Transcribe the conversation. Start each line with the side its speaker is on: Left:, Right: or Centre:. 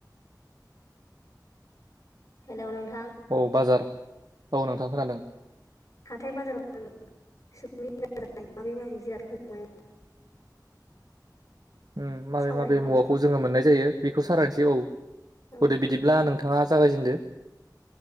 Left: हेलौ नोंथां।
Right: औ बाजार औ नोंथां खोनादों।
Left: हाथाय बाजाराव <unintelligible> माबे माबि जिरादखौ <unintelligible>
Right: <inaudible> ओम माबे
Left: सावरायनो
Right: माबे
Left: हागोन
Right: मुवाखौ जोङो मोननाय जायो बेखौ सावरायसै औ थ'दो
Left: औ
Right: बिदिब्ला नों नोंथाङा जागायजेनदो।